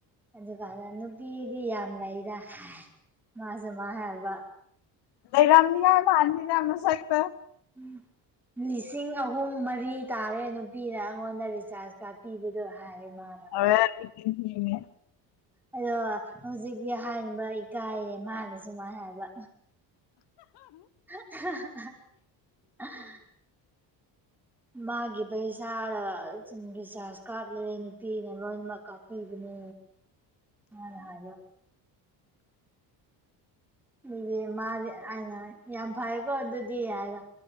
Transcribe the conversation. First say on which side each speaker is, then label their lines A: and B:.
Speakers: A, in the centre; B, on the left.
A: ꯑꯗꯨꯀꯥꯟꯗ ꯅꯨꯄꯤꯗꯤ ꯌꯥꯝ ꯂꯩꯗ ꯃꯥꯁꯨꯃꯥꯥꯏ ꯍꯥꯏꯕ
B: ꯂꯩꯔꯝꯃꯤ ꯌꯥꯝ ꯃꯟꯂꯤꯗꯥ ꯃꯁꯛꯇꯣ
A: ꯎꯝ ꯂꯤꯁꯤꯡ ꯑꯍꯨꯝ ꯃꯔꯤ ꯇꯥꯔꯦ ꯅꯨꯄꯤꯅ ꯑꯩꯉꯣꯟꯗ ꯔꯤꯆꯥꯔꯖ ꯀꯥꯞꯄꯤꯕꯗꯣ ꯍꯥꯏ ꯃꯥꯅ
B: ꯑ <unintelligible>
A: ꯑꯗꯣ ꯍꯧꯖꯤꯛꯀꯤ ꯑꯍꯥꯟꯕ ꯏꯀꯥꯏꯌꯦ ꯃꯥꯅꯁꯨꯃꯥꯏ ꯍꯥꯏꯕ <unintelligible> ꯃꯥꯒꯤ ꯄꯩꯁꯥꯗ ꯁꯨꯝ ꯔꯤꯆꯥꯔꯖ ꯀꯥꯞꯂꯨꯔꯦ ꯅꯨꯄꯤꯅ ꯂꯣꯏꯅꯃꯛ ꯀꯥꯞꯄꯤꯕꯅꯦ ꯃꯥꯅ ꯍꯥꯏꯕ ꯑꯗꯨꯗꯤ ꯃꯥꯗꯤ ꯑꯩꯅ ꯌꯥꯝ ꯐꯩꯀꯣ ꯑꯗꯨꯗꯤ ꯍꯥꯏꯕ